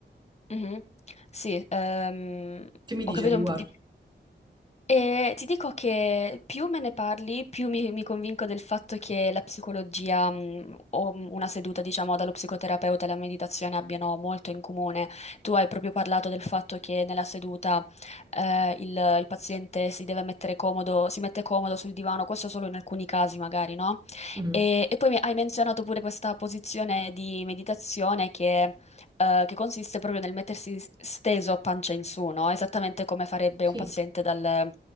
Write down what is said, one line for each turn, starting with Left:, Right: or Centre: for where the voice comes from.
Left: mhm. Sì, ehm,
Right: Che mi
Left: ho
Right: dici
Left: capito
Right: a riguardo?
Left: un po' di più. E ti dico che più me ne parli, più mi, mi convinco del fatto che la psicologia, mh, o mh, una seduta, diciamo, dallo psicoterapeuta e la meditazione abbiano molto in comune. Tu hai proprio parlato del fatto che nella seduta, eh, il, il paziente si deve mettere comodo, si mette comodo sul divano, questo solo in alcuni casi magari, no?
Right: Mhm.
Left: E, e poi mi- hai menzionato pure questa posizione di meditazione che, eh, che consiste proprio nel mettersi steso a pancia in su, no? Esattamente come farebbe
Right: Sì,
Left: un paziente dal